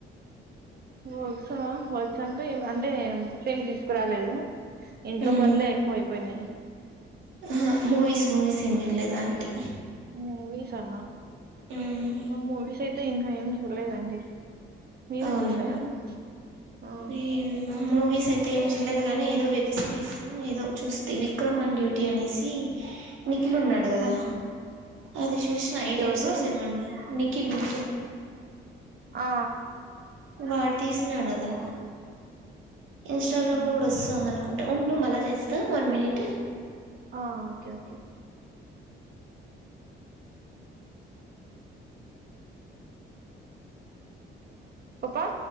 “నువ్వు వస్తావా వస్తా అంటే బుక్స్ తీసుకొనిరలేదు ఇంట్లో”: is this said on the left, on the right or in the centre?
Right